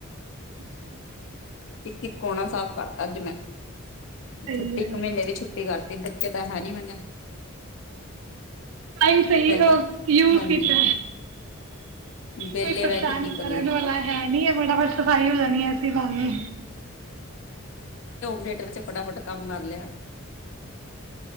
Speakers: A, on the right (about 70°); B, on the left (about 60°).
A: ਅੱਛਾ।
B: ਇੱਕ-ਇੱਕ ਕੋਣਾ ਸਾਫ਼ ਕਰਤਾ ਅੱਜ ਮੈਂ।
A: ਸਹੀ
B: ਛੁੱਟੀ
A: ਹੈ।
B: ਇੱਕ ਮਹੀਨੇ ਦੀ ਛੁੱਟੀ ਕਰਤੀ ਬੱਚੇ ਤਾਂ ਹੈਨੀ ਮਗਰ।
A: ਟਾਇਮ ਸਹੀ
B: ਕੇ
A: ਯੂਜ
B: ਹਾਂਜੀ
A: ਕੀਤਾ
B: ਵਿਹਲੇ
A: ਕੋਈ ਪਰੇਸ਼ਾਨ
B: ਬਹਿ ਕੇ ਕੀ ਕਰੀਏ
A: ਕਰਨ ਵਾਲਾ ਹੈ ਨੀ ਹੈ ਫਟਾ-ਫਟ ਸਫ਼ਾਈ ਹੋ ਜਾਣੀ ਹੈ ਇਸੀ ਬਹਾਨੇ।
B: ਲੇ ਚੁਕ ਫਟਾ-ਫਟ। ਕੰਮ ਕਰ ਲਿਆ